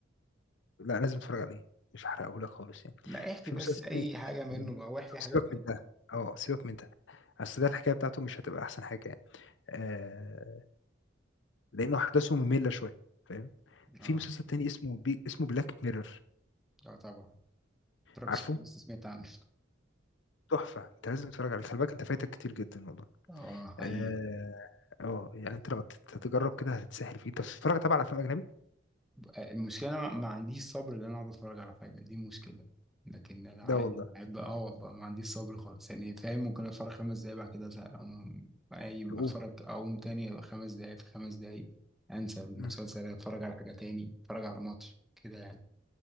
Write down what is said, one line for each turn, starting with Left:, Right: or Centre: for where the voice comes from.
Left: لأ لازم تتفرج عليه، مش هاحرقه لك خالص يعني.
Centre: لا احكي
Left: في
Centre: بس
Left: مسلسل
Centre: اي
Left: تاني
Centre: حاجه
Left: اسمه
Centre: منه بقى واحكي
Left: طب
Centre: حاجه
Left: سيبك
Centre: تانية
Left: من ده، آه، سيبك من ده، أصل ده الحكاية بتاعته مش هتبقى أحسن حاجة يعني، آآ، لأنه أحداثه مملة شوية، فاهم؟ في
Centre: اه
Left: مسلسل تاني اسمه ب اسمه Black Mirror
Centre: اه طبعا ما اتفرجتش
Left: عارفه؟
Centre: عليه بس سمعت عنه
Left: تحفة، أنت لازم تتفرج عليه، خلي بالك أنت فايتك كتير جدًا والله.
Centre: <laughs> اه
Left: آآ،
Centre: حقيقي
Left: آه، يعني أنت لو ت تجرب كده هتتسحل فيه، أنت بتتفرج طبعًا على أفلام أجنبي؟
Centre: المشكلة أنا ما عنديش صبر إن أنا أقعد أتفرج على حاجة دي مشكلة لكن أنا
Left: لا
Centre: عادي
Left: والله،
Centre: بحب أه والله ما عنديش صبر خالص يعني فاهم ممكن أتفرج خمس دقايق بعد كده أزهق أقوم قايم
Left: تقوم،
Centre: أتفرج أقوم تاني خمس دقايق في خمس دقايق أنسى المسلسل
Left: إمم،
Centre: أتفرج على حاجة تاني أتفرج على ماتش كده يعني